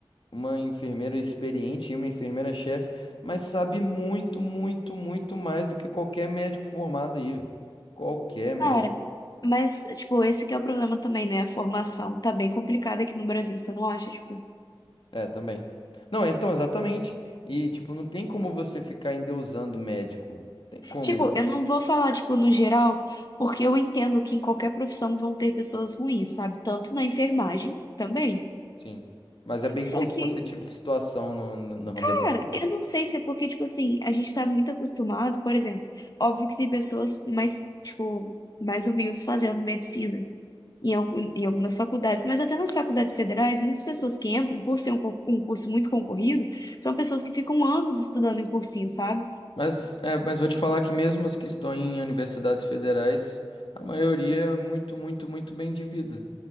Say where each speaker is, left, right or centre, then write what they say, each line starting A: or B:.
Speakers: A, on the left; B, on the left.
A: uma enfermeira experiente e uma enfermeira chefe, mas sabe muito, muito, muito mais do que qualquer médico formado aí, velho. Qualquer médico.
B: Cara, mas, tipo, esse que é o problema também, né? A formação tá bem complicada aqui no Brasil, você não acha? Tipo,
A: É, também. Não, então, exatamente. E, tipo, não tem como você ficar endeusando médico. Tem como
B: tipo,
A: isso,
B: eu não vou falar, tipo, no geral, porque eu entendo que em qualquer profissão vão ter pessoas ruins, sabe? Tanto na enfermagem também.
A: sim. Mas é bem comum
B: Só que,
A: esse tipo de situação no, no, no ramo
B: cara,
A: da medicina.
B: eu não sei se é porque, tipo assim, a gente tá muito acostumado, por exemplo, óbvio que tem pessoas mais, tipo, mais humildes fazendo medicina. em, algu- em algumas faculdades, mas até nas faculdades federais, muitas pessoas que entram, por ser um, cur- um curso muito concorrido, são pessoas que ficam anos estudando em cursinho, sabe?
A: Mas, é, mas vou te falar que mesmo as que estão em universidades federais, a maioria é muito, muito, muito bem de vida.